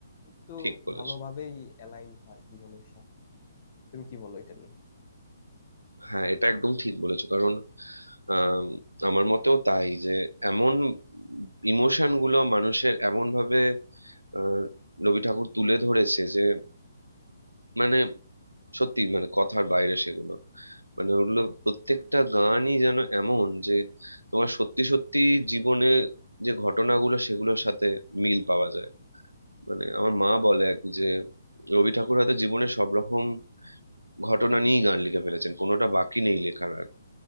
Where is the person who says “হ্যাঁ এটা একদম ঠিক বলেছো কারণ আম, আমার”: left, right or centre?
Right